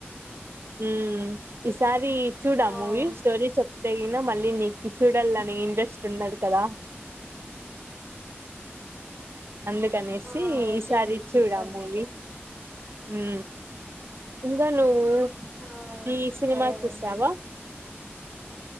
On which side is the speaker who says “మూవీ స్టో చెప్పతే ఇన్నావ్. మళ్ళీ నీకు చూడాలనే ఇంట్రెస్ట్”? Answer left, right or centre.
Right